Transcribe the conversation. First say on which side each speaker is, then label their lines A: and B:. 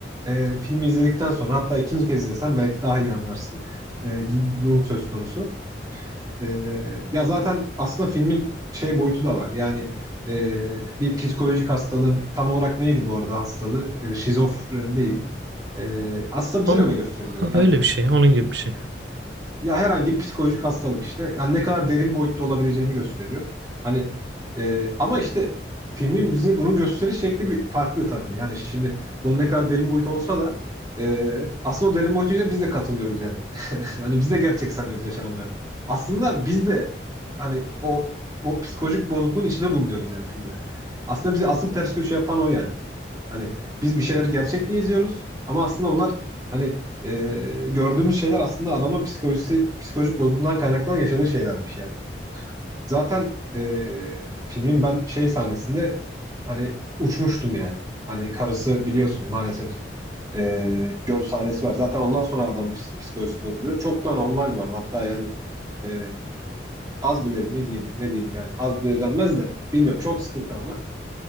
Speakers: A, on the right; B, on the right.
A: e, filmi izledikten sonra hatta ikinci kez izlesen belki daha iyi anlarsın e, gibi bir durum söz konusu. E, ya zaten aslında filmin şey boyutu da var. Yani e, bir psikolojik hastalığın tam olarak neydi bu arada hastalığı? E, şizofreni değil. E, aslında bize
B: Onun,
A: öyle gösteriliyor. Yani
B: öyle bir şey. Onun gibi bir şey.
A: ya herhangi bir psikolojik hastalık işte. Yani ne kadar derin boyutta olabileceğini gösteriyor. Hani e, ama işte filmin bize bunu gösteriş şekli bir farklı tabii. Yani şimdi bunun ne kadar derin boyutu olsa da e, aslında o derin boyutuyla biz de katılıyoruz yani. <laughs> Hani biz de gerçek sanıyoruz yaşananları. Aslında biz de hani o bu psikolojik bozukluğun içinde bulunuyoruz yani filmde. Aslında bizi asıl ters köşe yapan o yani. Hani biz bir şeyleri gerçek diye izliyoruz ama aslında onlar hani e, gördüğümüz şeyler aslında adamın psikolojisi, psikolojik bozukluğundan kaynaklanan yaşadığı şeylermiş yani. Zaten e, filmin ben şey sahnesinde hani uçmuştum yani. Hani karısı biliyorsun maalesef e, göl sahnesi var. Zaten ondan sonra adamın ps- psikolojisi bozuluyor. Çok da normal var. Hatta yani e, az bile mi diyeyim ne diyeyim yani az bile denmez de bilmiyorum çok sıkıntı ama.